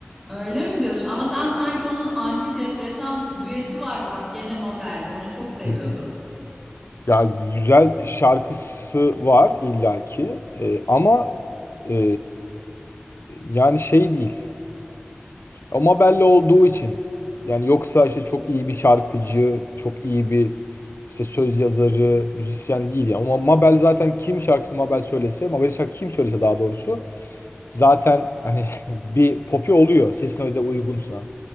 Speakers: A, in the centre; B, on the left.
A: Öyle mi diyorsun? Ama sen sanki onun antidepresan düeti vardı. Bak gene Mabel'le onu çok seviyordun.
B: Hı hı. Ya güzel şarkısı var illaki Ee, ama ee, yani şey değil. Ama belli olduğu için yani yoksa işte çok iyi bir şarkıcı, çok iyi bir işte söz yazarı, müzisyen değil ya. Ama Mabel zaten kim şarkısı Mabel söylese, Mabel'in şarkısı kim söylese daha doğrusu Zaten hani <laughs> bir popi oluyor sesin öyle de uygunsa.